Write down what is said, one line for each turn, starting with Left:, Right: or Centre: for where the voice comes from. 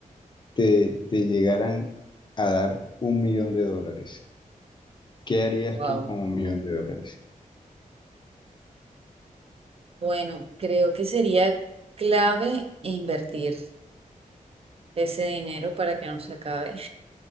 Left: te, te llegaran a dar un millón de dólares, ¿qué harías
Right: Wow.
Left: tú con un millón de dólares?
Right: Bueno, creo que sería clave invertir ese dinero para que no se acabe.